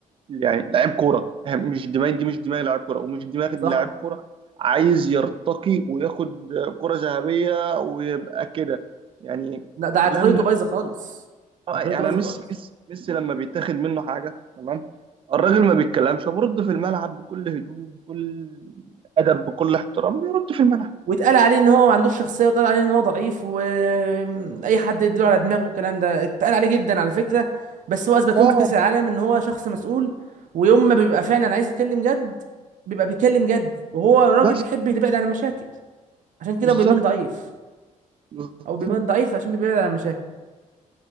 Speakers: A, on the right (about 40°); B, on the right (about 65°).
A: يعني لعيب كوره يعني مش دماغ دي مش دماغ لعيب كوره ومش دماغ
B: صح
A: لعيب كوره عايز يرتقي وياخد كره ذهبيه ويبقى كده يعني
B: لا ده عقليته
A: لما
B: بايظه خالص
A: اه
B: عقليته
A: يعني
B: بايظه
A: ميسي
B: خالص
A: ميسي ميسي لما بيتاخد منه حاجه تمام الراجل ما بيتكلمش برد في الملعب بكل هدوء بكل ادب بكل احترام بيرد في الملعب
B: واتقال عليه ان هو ما عندوش شخصيه واتقال عليه ان هو ضعيف واي حد يدور على دماغه والكلام ده اتقال عليه جدا على فكره بس هو اثبت
A: اه
B: لهم في كاس العالم ان هو شخص مسؤول ويوم ما بيبقى فعلا عايز يتكلم جد بيبقى بيتكلم جد وهو راجل
A: بس
B: بيحب يبعد عن المشاكل عشان كده
A: بالظبط
B: بيبان ضعيف
A: بالظبط
B: او بيبان ضعيف عشان بيبعد عن المشاكل